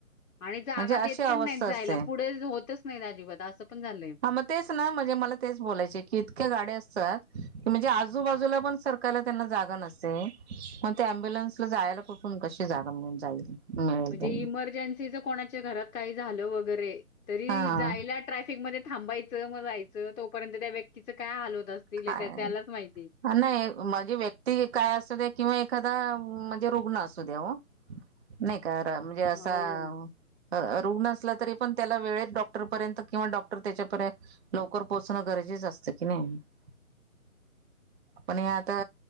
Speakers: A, on the left; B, on the right.
A: आणि जागा
B: म्हणजे अशी
A: देत
B: अवस्था
A: पण नाहीत जायला.
B: असते
A: पुढे होतच नाहीत अजिबात असं पण झालंय.
B: हा मग तेच ना म्हणजे म मला तेच बोलायचे की इतक्या गाडी असतात म्हणजे आजूबाजूला पण सरकायला त्यांना जाग नसते मग त्या ॲम्ब्युलन्स ला जायला कुठु क <unintelligible> जागा मिळून जाईल मिळेल
A: म्हणजे
B: त्यांना
A: इमर्जन्सीच कोणाच्या घरात काही झालं वगैरे. तरी
B: हा
A: जायला ट्रॅफिकमध्ये थांबायचं मग जायचं तोपर्यंत त्या व्यक्तीच काय हाल होत. असतील हे
B: काय
A: त्या त्यालाच माहिती.
B: नाही म्हजे व्यक्ती काय असं ते किंवा एखादा म्हणजे रुग्णास. द्या <unintelligible> नाही म्हणजे असा
A: हो.
B: रुग्ण असला तरी पण त्याला वेळेत डॉक्टरपर्यंत किंवा डॉक्टर त्याच्यापर्यंत लवकर पोचणं गरजे जात की नाही <unintelligible>
A: <inaudible>
B: पण हे आता